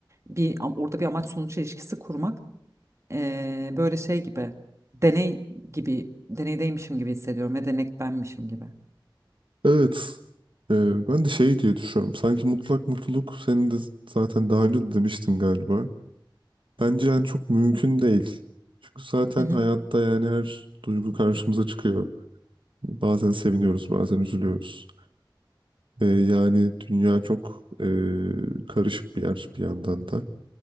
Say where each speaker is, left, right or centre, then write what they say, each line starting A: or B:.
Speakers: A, on the right; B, on the right.
A: bir am- orada bir amaç sonuç ilişkisi kurmak. Ee, böyle şey gibi deney gibi deneydeymişim gibi hissediyorum ve denek benmişim gibi.
B: Evet. Ee, ben de şey diye düşünüyorum. Sanki mutlak mutluluk senin de zaten daha önce de demiştin galiba. Bence yani çok mümkün değil. Çünkü zaten
A: Hı hı,
B: hayatta yani her duygu karşımıza çıkıyor. Bazen seviniyoruz, bazen üzülüyoruz. Ee, yani dünya çok e, karışık bir yer bir yandan da.